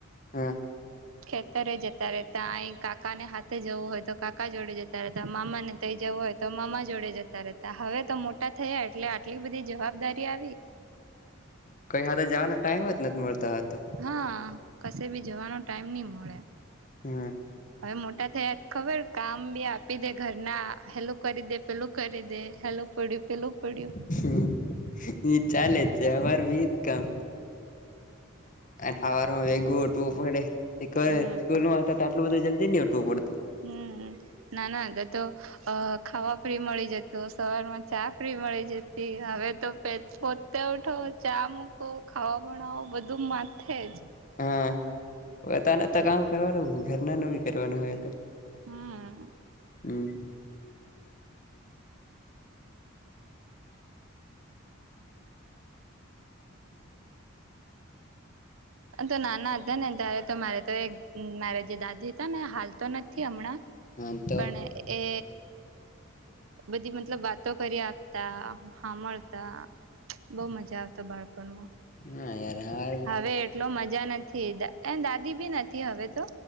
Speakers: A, on the left; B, on the right.
A: હા
B: ખેતરે જતા રહે ત અ કાકા ને હાથે જવું હોય તો કાક કાકા જોડે જતા રહેતા મામા ને તઈ જવું હોય તો મામા જોડે જતા રહેતા હવે તો મોટા થયા એટલે. કેટલી બધી જવાબદારી આવી.
A: કઈ હા જવાનો ટાઈમ જ નથી મળતો તો.
B: હા કશે બી જવાનો ટાઈમ નહી મળે
A: હમ
B: હવે મોટા થયા. ખબર કામ બી આપી દે ઘરના હેલું કરી દે પેલું. કરી દે હેલું પડ્યું પેલું પડ્યું.
A: શું. હ ચાલે છેર વિ કામ. હવારમાં વેગુ ઉઠવું પડે
B: હમ
A: <inaudible> સ્કૂલમાં હુતા તો આટલું બધું જલ્દી નહી ઉઠવું પડતું.
B: હમ્મ નાના હતા તો અ ખાવા ફ્રી મળી જત- તો સવારમાં ચા ફ્રી મળી જતી હવે પે તો પોતે ઉઠો. ચા મૂકો ખાવા બનાવો બધું માથે જ.
A: હા બધાનું તો કામ કરવાનું ઘરના નું બી કરવાનું હવે તો.
B: હમ્મ.
A: હમ્મ
B: તો નાના હતા ને ત્યારે તો મારે તો એક મારે જે દાદી હતા ને હાલ. તો નથી હમણાં
A: હા તો
B: પણ એ. બધી મતલબ વાતો કરી આપતા હામળતા. <inaudible> બઉ મજા આવતો બાળપણમાં.
A: હા યાર હા.
B: હવે એટલો મજા નથી એ દાદી બી નથી હવે તો.